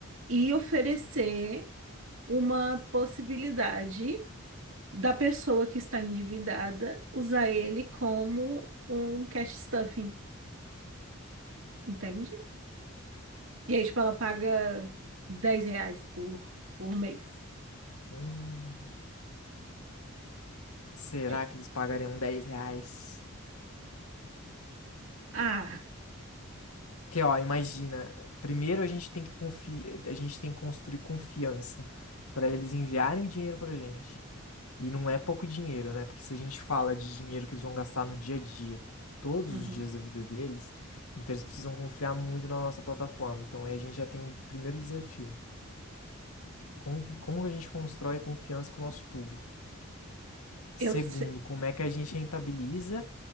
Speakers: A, on the right (about 65°); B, on the left (about 80°).
A: e oferecer uma possibilidade da pessoa que está endividada usar ele como um cash stuffing, entende? E aí, tipo, ela paga 10 reais por, por mês.
B: Hum. Será
A: Tipo,
B: que eles pagariam 10 reais?
A: ah,
B: Porque, ó, imagina. Primeiro a gente tem que confi... a gente tem que construir confiança para eles enviarem dinheiro pra gente. E não é pouco dinheiro, né? Porque se a gente fala de dinheiro que eles vão gastar no dia a dia, todos
A: uhum,
B: os dias da vida deles, então eles precisam confiar muito na nossa plataforma. Então aí a gente já tem um primeiro desafio. Com- Como, que a gente constrói confiança com o nosso público? Segundo,
A: eu sei.
B: como é que a gente rentabiliza